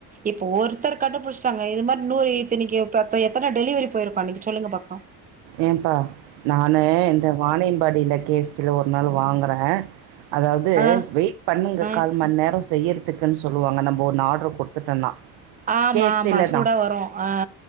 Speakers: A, on the right; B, on the right.
A: இப்ப ஒருத்தர் கண்டுபுடிச்ட்டாங்க இது மாரி இன்னொரு இத்தனைக்கும் இப்ப இப்ப எத்தன டெலிவரி போயிருப்பாங்க இன்னிக்கு சொல்லுங்க பாப்போம்
B: ஏன்ப்பா நானு இந்த வாணியம்பாடியில பேசி ஒரு நாள் வாங்குறேன் அதாவது
A: ஆ ஆ
B: வெயிட் பண்ணுங்க
A: ஆ
B: கால் மணி நேரம் செய்யிறது சிக்கன்னு வாங்க நம்ம ஒன்னு ஆர்டர் கொடுத்துட்டோம்னா
A: ஆமா
B: கே ப்
A: ஆமா
B: சி இல்லனா
A: சூடா வரு ஆ